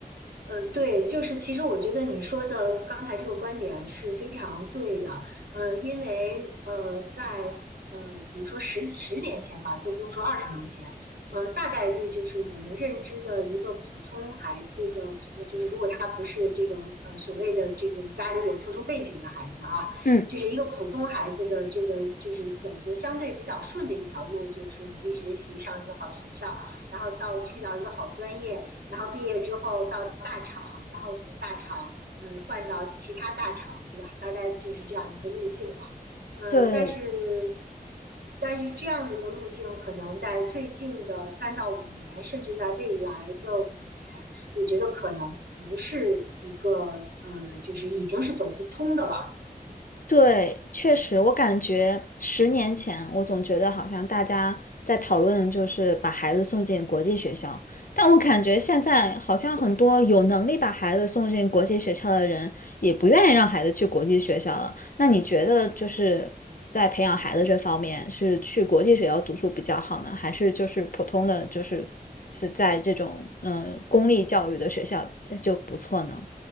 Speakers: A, on the right (about 75°); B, on the left (about 60°).
A: 呃，对，就是其实我觉得你说的刚才这个观点是非常对的，呃，因为呃，在呃，比如说十十年前吧，都不用说二十年前，呃，大概率就是我们认知的一个普通孩子的，呃就是如果他不是这个呃所谓的这个家里有特殊背景的孩子哈，啊就是一个普通孩子的这个就是走的相对比较顺的一条路，
B: 嗯，
A: 就是努力学习，上一个好学校，然后到去到一个好专业。然后毕业之后到大厂，然后从大厂呃换到其他大厂，对吧？大概就是这样一个路径嘛。嗯、
B: 对，
A: 呃，但是但是这样的一个路径，可能在最近的三到五年，甚至在未来的五年，我觉得可能不是一个呃，就是已经是走不通的了。
B: 对，确实，我感觉十年前，我总觉得好像大家在讨论就是把孩子送进国际学校，但我感觉现在好像很多有能力把孩子送进国际学校的人，也不愿意让孩子去国际学校了。那你觉得就是在培养孩子这方面，是去国际学校读书比较好呢，还是就是普通的就是是在这种嗯、呃公立教育的学校这就不错呢？